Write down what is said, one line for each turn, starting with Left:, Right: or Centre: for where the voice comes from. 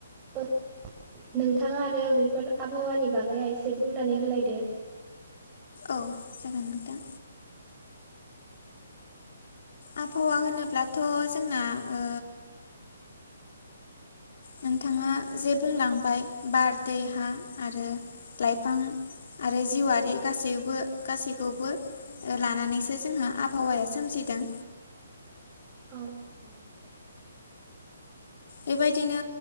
Right: <unintelligible> नोंथाङा आरो बेफोर आबहावानि बागैआ एसे बुंनानै होलायदो
Left: औ जागोन नोंथां। आबहावा होनोब्लाथ' जोंना ओ नोंथाङा जे बुंलांबाय बार दै हा आरो लाइफां आरो जिउआरि गासैबो गासैखौबो लानानैसो जोंहा आबहावाया सोमजिदों।
Right: <inaudible> <inaudible>
Left: बेबायदिनो